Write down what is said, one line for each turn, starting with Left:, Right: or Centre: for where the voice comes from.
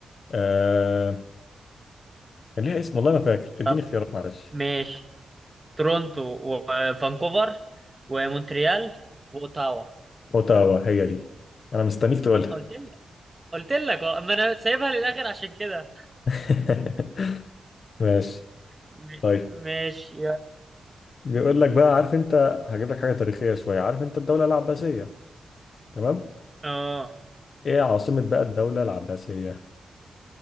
Left: آه... كان ليها اسم والله ما فاكر اديني
Right: طب
Left: اختيارات معلش
Right: ماشي تورونتو وفانكوفر ومونتريال واوتاوا
Left: اوتاوا هي دي انا مستنيك تقولها
Right: قلت لك قلت لك أه، ما انا سايبها للاخر عشان كده
Left: <laughs> ماشي
Right: م-
Left: طيب
Right: ماشي يا
Left: بيقول لك بقى عارف انت هجيب لك حاجه تاريخيه شويه عارف انت الدوله العباسيه تمام
Right: اه
Left: ايه عاصمه بقى الدوله العباسيه